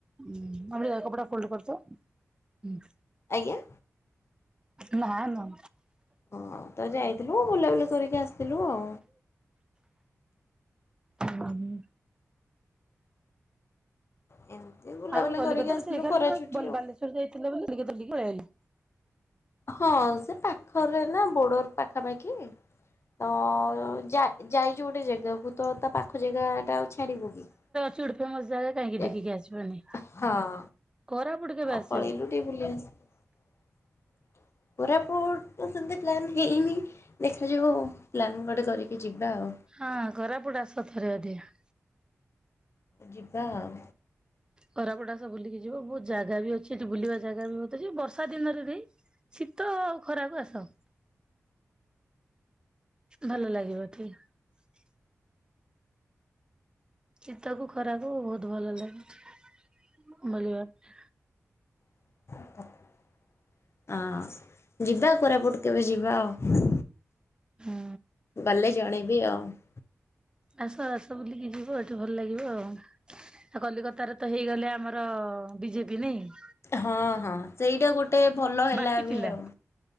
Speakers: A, on the right (about 15°); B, on the left (about 55°).
A: ହୁଁ ଆମେ କପଡା ଫୋଲଡ କର <unintelligible> ହଁ।
B: ଆଜ୍ଞା
A: ନା, ନା
B: ହଁ ତ ଯାଇଥିଲୁ ବୁଲାବୁଲି କରିକି ଆସିଥିଲୁ ଆଉ।
A: ହଁ <inaudible>
B: ଏମିତି ବୁଲାବୁଲି
A: ଆଉ କଲିକତାାରେ
B: କରିକି ଆସିଲୁ
A: ସେଇ ଖା
B: ଖରା
A: <unintelligible>
B: ଛୁଟି
A: ତମ
B: ଆଉ।
A: ବାଲେଶ୍ଵର ଯାଇଥିଲ କଲିକତା ଟେ ପଳେଇଲେ।
B: ହଁ ସେ ପାଖରେ ନା ବୋର୍ଡର ପାଖାପାଖି। ତ ଯାଇଛୁ ଗୋଟେ ଜାଗାକୁ ତ ତା ପାଖ ଜାଗା ଟା ଆଉ ଛାଡିବୁ କି?
A: ଚିଡ଼ପ <unintelligible> <unintelligible> ଜାଗା କାହିଁକି
B: ଯେ
A: ଦେଖିକି ଆସିବନି
B: ହଁ
A: କୋରାପୁଟ କେବେ
B: ଆଉ
A: ଆସିବ?
B: ପଳେଇଲୁ ଟିକେ ବୁଲି ଆସି <inaudible> କୋରାପୁଟ ସେ <unintelligible> ପ୍ଲାନ୍ ହେଇନି ଦେଖାଯିବ ପ୍ଲାନ ଗୋଟେ କରିକି ଯିବା ଆଉ
A: ହଁ ଖରାପୁଟ ଆସଥରେ ଅଧିକେ
B: ଯିବା ଆଉ।
A: ଖରାପଡାସ ବୁଲିକି ଯିବ ବହୁତ ଜାଗା ବି ଅଛି ଏଠି ବୁଲିବା ଜାଗା ବି ବତ <unintelligible> <inaudible> ବର୍ଷା ଦିନରେ ବି ଶୀତ ଖରାକୁ ଆସ। ଭଲ ଲାଗିବ ଟିକ। ଶୀତକୁ ଖରାକୁ ବହୁତ ଭଲ ଲାଗେ ବୁଲିବା ପାଇଁ
B: <unintelligible> ହ ଯିବା କୋରାପୁଟ କେବେ ଯିବା ଆଉ
A: ହୁଁ
B: ଗଲେ ଜଣ <inaudible> ବି ଆଉ ।
A: ଆସ ଆସ ବୁଲିକି ଯିବ ଏଠି ଭଲ ଲାଗିବ ଆଉ । ଆ <inaudible> କଲିକତାାରେ ତ ହେଇଗଲେ ଆମର ବିଜେପି ନାଇଁ
B: ହଁ ହଁ ସେଇଟା ଗୋଟେ ଭଲ ହେଲା
A: ବାକି ଥିଲା।
B: ବି ଆଉ।